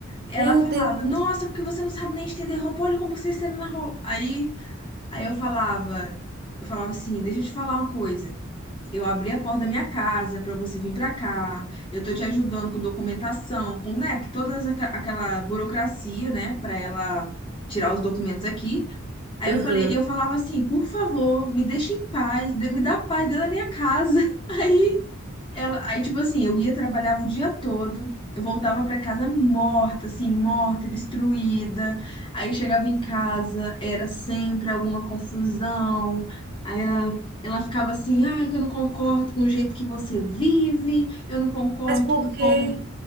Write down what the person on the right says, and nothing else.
Meu
Deus.
Aham.
Mas por
quê?